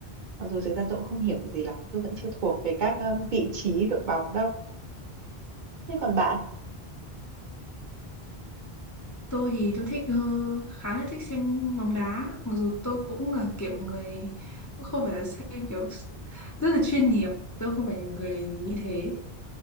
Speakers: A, on the right (about 55°); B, on the left (about 25°).
A: Mặc dù thực ra tôi cũng không hiểu gì lắm, tôi vẫn chưa thuộc về các, ơ, vị trí đội bóng đâu. Thế còn bạn?
B: Tôi thì tôi thích ờ, khá là thích xem bóng đá, mặc dù tôi cũng là kiểu người không phải là xem kiểu rất là chuyên nghiệp tôi không phải người như thế